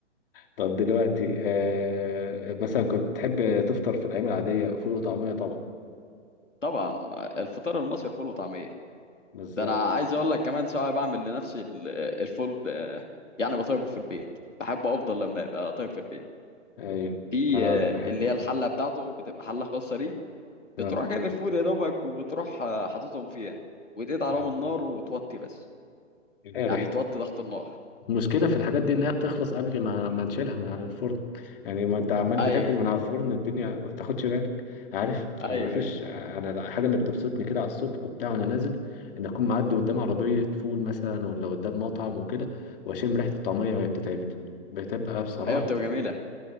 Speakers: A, on the left; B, on the left.
A: طب دلوقتي آه مثلا كنت تحب تفطر في الأيام العادية فول وطعمية طبعا
B: طبعا الفطار المصري فول وطعميه
A: بالظبط
B: ده انا عايز اقول لك كمان ساعات بعمل لنفسي ال- آه، الفول آه، يعني بطيبه في البيت بحبه افضل لما يبقى طيب في البيت
A: أيوه
B: في
A: أنا
B: آه،
A: بحب
B: اللي
A: برضه
B: هي الحله بتاعته بتبقى حله خاصه ليه
A: آه.
B: بتروح جايب الفول يا دوبك وبتروح آه، حاططهم فيها وتقعد عليهم
A: آه.
B: النار وتوطي بس
A: إيه
B: يعني
A: ريحته
B: توطي ضغط النار
A: المشكلة في الحاجات دي إنها بتخلص قبل ما ما نشيلها من على الفرن يعني ما أنت عمال
B: ايوه
A: بتاكل من على الفرن الدنيا ما بتاخدش بالك عارف
B: ايوه
A: أنا ما فيش
B: ايوه
A: أنا الحاجة اللي بتبسطني كده على الصبح وبتاع وأنا نازل إن أكون معدي قدام عربية فول مثلا ولا قدام مطعم وكده وأشم ريحة الطعمية وهي بتتعمل بتبقى بصراحة
B: ايوه بتبقى جميله